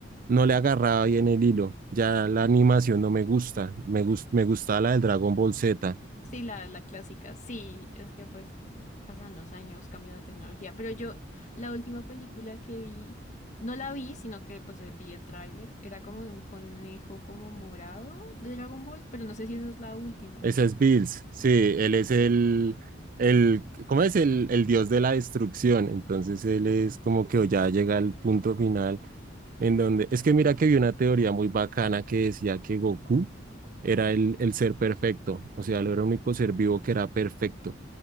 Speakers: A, on the right; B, on the left.
A: no le agarraba bien el hilo. Ya la animación no me gusta, me, gust me gustaba la del Dragon Ball Z
B: Sí, la, la clásica. Sí, es que pues pasan los años, cambia la tecnología. Pero yo, la última película que vi, no la vi, sino que pues eh, vi el tráiler. Era como de un conejo como morado de Dragon Ball, pero no sé si esa es la última.
A: Ese es Bills, sí, él es el, el ¿cómo es? El, el dios de la destrucción. Entonces él es como que ya llega al punto final en donde, es que mira que vi una teoría muy bacana que decía que Goku era el, el ser perfecto, o sea, él era el único ser vivo que era perfecto.